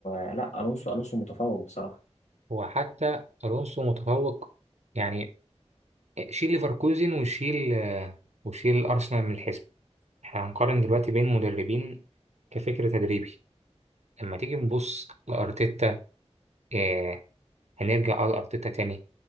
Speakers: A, on the left; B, on the right.
A: آه، لا الونسو الونسو متفوق بصراحه
B: وحتى الونسو متفوق يعني شيل ليفركوزن وشيل آه، وشيل ارسنال من الحزب احنا هنقارن دلوقتي بين مدربين كفكر تدريبي لما تيجي نبص لارتيتا آه، هنرجع على ارتيتا تاني